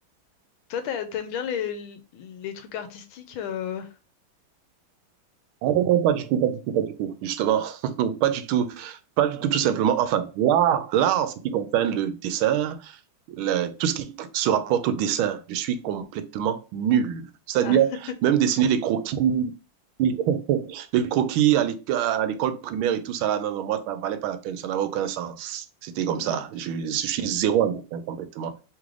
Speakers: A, on the left (about 80°); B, on the right (about 85°).
A: Toi, t'a- t'aimes bien les, les trucs artistiques euh,
B: Ah non, non, pas du tout, pas du tout, pas du tout. Justement, <laughs> pas du tout, pas du
A: Ok.
B: tout, tout simplement. Enfin, l'art, l'art, en ce qui concerne le dessin, le- tout ce qui se rapporte au dessin, je suis complètement
A: Hmm.
B: nul. C'est-à-dire,
A: Ah.
B: même dessiner les croquis, <laughs> les croquis à l'éc- à l'école primaire et tout ça, là, non, non, moi, ça valait pas la peine, ça n'avait aucun sens. C'était comme
A: <laughs>
B: ça. Je, je suis zéro en dessin complètement.